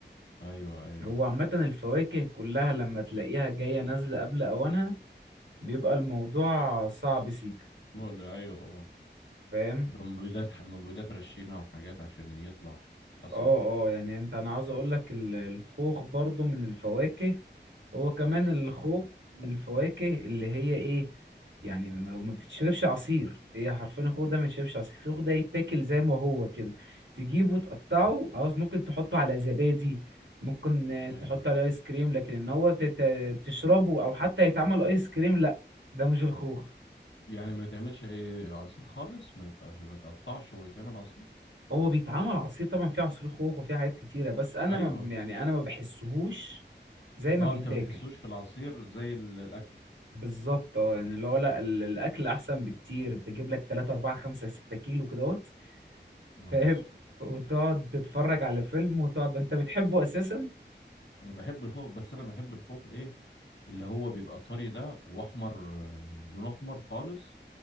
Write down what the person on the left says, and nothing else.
ايوه ايوه
مقل ايوه طبعا
يبقى مبيدات مبيدات رشينها وحاجات عشان يطلع اسرع
ايوه
يعني ما يتعملش اي عصير خالص ما يت- عشان ما يتقطعش ويتعمل عصير
ايوه
اه
انت ما بتحسوش في العصير زي ال- الاكل
نهار
اسود
انا بحب الخوخ بس انا بحب الخوخ ايه اللي هو بيبقى طري ده واحمر آه، لون احمر خالص